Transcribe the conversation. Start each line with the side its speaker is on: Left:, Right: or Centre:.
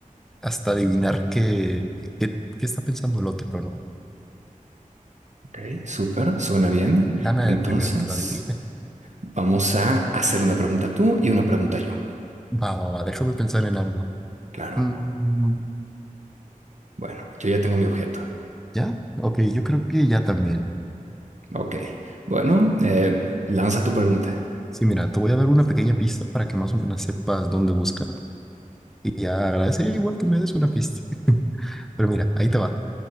Centre: hasta adivinar qué, qué, qué está pensando el otro, ¿no?
Right: Ok, súper, suena bien.
Centre: Gana
Right: Entonces,
Centre: el primero que lo adivine.
Right: vamos a hacer una pregunta tú y una pregunta yo.
Centre: Va, va, va, déjame pensar en algo.
Right: Claro,
Centre: Mm,
Right: bueno, yo ya tengo mi objeto.
Centre: ¿ya? Ok, yo creo que ya también.
Right: Ok, bueno, eh, lanza tu pregunta.
Centre: Sí, mira, te voy a dar una pequeña pista para que más o menos sepas dónde buscar. Y ya agradecería igual que me des una pista. <laughs> Pero mira, ahí te va.